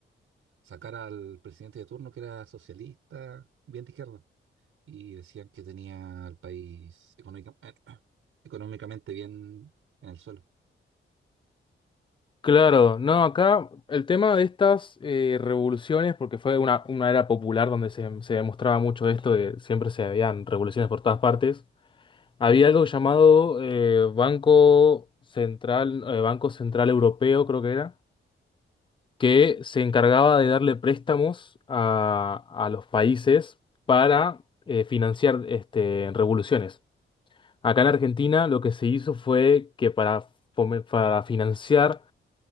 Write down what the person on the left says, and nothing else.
Claro, no, acá el tema de estas eh, revoluciones, porque fue una, una era popular donde se, se demostraba mucho esto, de siempre se habían revoluciones por todas partes. Había algo llamado eh, Banco Central, eh, Banco Central Europeo, creo que era, que se encargaba de darle préstamos a, a los países para eh, financiar este, revoluciones. Acá en Argentina lo que se hizo fue que para, fome- para financiar